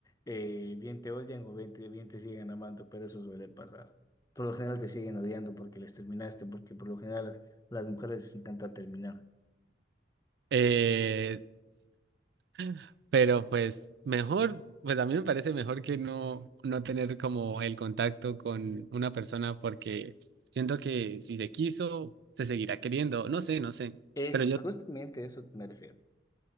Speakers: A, on the left; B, on the right.
A: eh, bien te odian o bien te, bien te siguen amando, pero eso suele pasar. Por lo general te siguen odiando porque les terminaste, porque por lo general las, las mujeres les encanta terminar.
B: Eh, <laughs> pero pues mejor, pues a mí me parece mejor que no, no tener como el contacto con una persona porque siento que si se quiso, se seguirá queriendo. No sé, no sé.
A: Eso,
B: Pero yo,
A: justamente a eso me refiero.